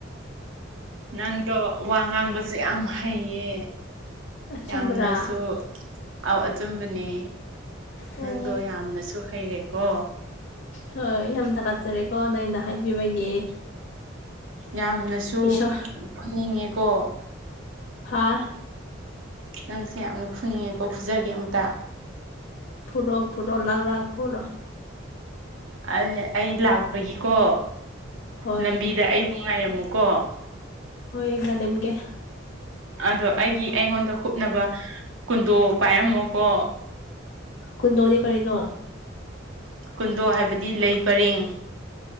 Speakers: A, on the right (about 85°); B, on the left (about 60°).
A: ꯅꯪꯗꯣ ꯋꯥ ꯉꯥꯡꯕꯁꯨ ꯌꯥꯝ ꯍꯩꯌꯦ
B: ꯑꯆꯨꯝꯕ꯭ꯔꯥ
A: ꯌꯥꯝꯅꯁꯨ ꯑꯧ ꯑꯆꯨꯝꯕꯅꯦ
B: ꯍꯣꯏ
A: ꯅꯪꯗꯣ ꯌꯥꯝꯅꯁꯨ ꯍꯩꯌꯦꯀꯣ
B: ꯍꯣꯏ ꯌꯥꯝ ꯊꯥꯒꯠꯆꯔꯦꯀꯣ ꯅꯪꯅ ꯍꯥꯏꯕꯤꯕꯒꯤ
A: ꯌꯥꯝꯅꯁꯨ
B: ꯏꯁꯣꯔ
A: ꯅꯤꯡꯉꯦꯀꯣ
B: ꯍꯥ
A: ꯅꯪꯁꯦ ꯌꯥꯝꯅ ꯐꯨꯅꯤꯡꯉꯦꯀꯣ ꯐꯨꯖꯒꯦ ꯑꯃꯨꯛꯇ
B: ꯐꯨꯔꯣ ꯐꯨꯔꯣ ꯂꯒ꯭ꯔꯥ ꯐꯨꯔꯣ
A: ꯑꯥ ꯑꯩ ꯂꯥꯛꯄꯒꯤꯀꯣ
B: ꯍꯣꯏ
A: ꯂꯝꯕꯤꯗ ꯑꯩꯕꯨ ꯉꯥꯏꯔꯝꯃꯨꯀꯣ
B: ꯍꯣꯏ ꯉꯥꯏꯅꯝꯒꯦ
A: ꯑꯗꯣ ꯑꯩꯒꯤ ꯑꯩꯉꯣꯟꯗ ꯍꯨꯞꯅꯕ ꯀꯨꯟꯗꯣ ꯄꯥꯏꯔꯝꯃꯣꯀꯣ
B: ꯀꯨꯟꯗꯣꯗꯤ ꯀꯔꯤꯅꯣ
A: ꯀꯨꯟꯗꯣ ꯍꯥꯏꯕꯗꯤ ꯂꯩ ꯄꯔꯦꯡ